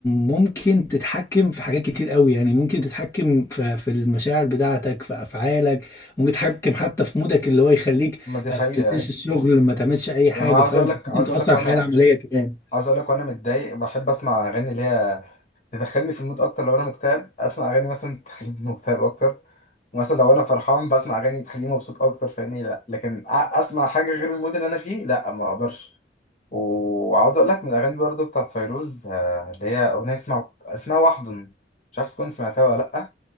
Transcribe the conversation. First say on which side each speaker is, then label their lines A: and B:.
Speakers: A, on the left; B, on the left.
A: ممكن تتحكم في حاجات كتير قوي يعني ممكن تتحكم في في المشاعر بتاعتك في أفعالك ممكن تتحكم حتى في مودك اللي هو يخليك
B: ما دي
A: ما
B: حقيقه
A: تنساش الشغل ما تعملش اي حاجه
B: يعني انا عاوز
A: فاهم
B: اقول لك
A: ممكن
B: عاوز اقول
A: تاثر
B: لك
A: على
B: وانا
A: الحياه العمليه كمان
B: عاوز اقول لك وانا متضايق بحب اسمع اغاني اللي هي تدخلني في المود اكتر لو انا مكتئب اسمع اغاني مثلا تخليني <laughs> مكتئب اكتر مثلا لو انا فرحان بسمع اغاني تخليني مبسوط اكتر فاهمني لا لكن أ- اسمع حاجه غير المود اللي انا فيه لا ما اقدرش وعاوز اقول لك من الاغاني برضو بتاعت فيروز آه، اللي هي اغنيه اسمها اسمها وحدن مش عارف تكون سمعتها ولا لا